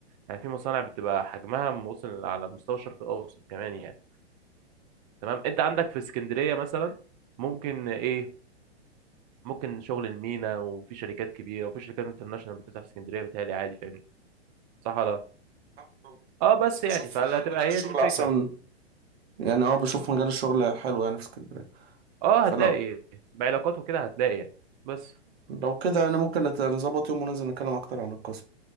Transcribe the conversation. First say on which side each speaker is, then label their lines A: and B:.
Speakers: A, on the right; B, on the right.
A: يعني في مصانع بتبقى حجمها موصل على مستوى الشرق الاوسط كمان يعني تمام انت عندك في اسكندريه مثلا ممكن ايه ممكن شغل المينا وفي شركات كبيره وفي شركات انترناشونال بتفتح في اسكندريه بتهيألي عادي فاهمني صح ولا
B: آه،
A: لا؟
B: صح طبعا.
A: اه بس
B: بس بشوف
A: يعني فهتبقى
B: آه، مجال
A: هي
B: الشغل
A: دي الفكره
B: احسن يعني اه بشوف مجال الشغل حلو يعني في اسكندرية
A: اه هتلاقي
B: فلو
A: بعلاقات وكده هتلاقي يعني بس
B: لو كده انا ممكن نت- نظبط يوم وننزل نتكلم اكتر عن القسم